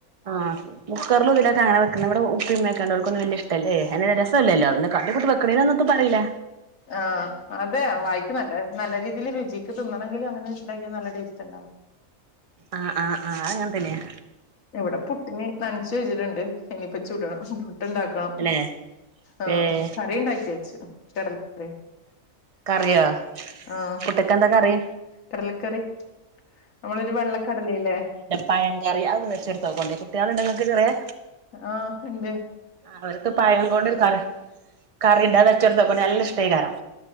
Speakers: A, on the right; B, on the left.
A: ആഹ് കുക്കർലും ഇതിലൊക്കെ അങ്ങനെ വെ ക്ക്‌ണ ഇവടെ ഉപ്പയും ഉമ്മയൊക്കെ ഉണ്ട് ഓൽകൊന്നും വല്യഇഷ്ടല്ല അത് രസുല്ലല്ലോ പിന്നെ കാട്ടി കൂട്ടി വെക്കണെനൊന്നത്തും പറീല
B: ആഹ് അതെ വായിക്ക് നല്ല നല്ല രീതിയിൽ രുചിക്ക് തിന്നണങ്കില് അങ്ങനെണ്ടാക്കിയ നല്ല ടേസ്റ്റ്ണ്ടാവും
A: ആഹ് ആഹ് ആഹ് അഹ് അങ്ങൻതന്നെയാ
B: ഇവിടെ പുട്ടിനെ നനച്ചു വച്ചിട്ടുണ്ട് ഇനിപ്പ ചുടണം പുട്ട്ണ്ടാക്കണം
A: അല്ലെ
B: ആഹ്
A: ഏഹ്
B: കറിഴിണ്ടാക്കിവെച്ച് കടൽക്കറി
A: കറിയോ
B: ആഹ്
A: പുട്ട്ക്കെന്താ കറി
B: കടലക്കറി നമ്മളൊരു വെള്ളക്കടലല്ലേ
A: പയങ്കറി അതൊന്ന് വെച്ച്ടുത്തോക്കണ്ടേ കുട്ട്യാള്ണ്ടോ ഇങ്ങക്ക് ചെറിയേ
B: ആഹ് ഇണ്ട്
A: അവർക്ക് പഴം കൊണ്ട് ഒരു കറി കറിണ്ടെ അഹ് വെച്ചൊടുത്തേക്കോണ്ടി നല്ല ഇഷ്ടയ്കാരം